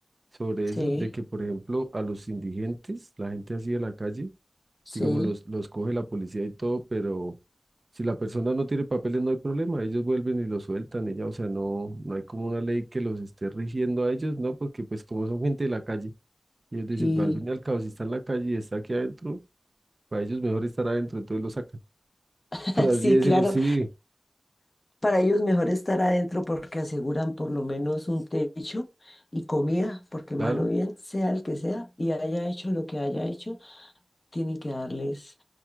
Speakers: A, on the right (about 45°); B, on the left (about 35°).
A: sobre eso,
B: Sí,
A: de que, por ejemplo, a los indigentes, la gente así de la calle,
B: sí,
A: digamos, los, los coge la policía y todo, pero si la persona no tiene papeles no hay problema, ellos vuelven y los sueltan y ya, o sea, no, no hay como una ley que los esté rigiendo a ellos, ¿no? Porque pues como son gente de la calle, ellos dicen,
B: sí,
A: "Pues, al fin y al cabo, si está en la calle y está aquí adentro, para ellos mejor estar adentro, entonces los sacan
B: <laughs>
A: por así
B: sí,
A: decirlo,
B: claro.
A: sí,
B: Para ellos mejor estar adentro porque aseguran por lo menos un techo y comida, porque malo
A: claro,
B: bien, sea el que sea, y haya hecho lo que haya hecho, tienen que darles